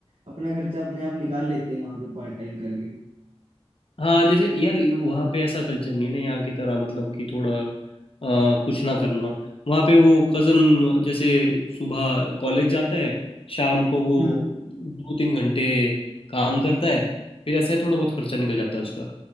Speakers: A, on the right; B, on the left.
A: अपना खर्चा अपने आप निकाल लेते हैं वहां पे पार्ट टाइम करके
B: हाँ जैसे यार वहाँ पे ऐसा कल्चर नहीं है ना यहाँ की तरह मतलब कि थोड़ा अ, कुछ ना करना वहाँ पे वो कज़न जैसे सुबह कॉलेज जाता है शाम को वो
A: हम्म
B: दो तीन घंटे काम करता है फिर ऐसे थोड़ा बहुत खर्चा निकल जाता है उसका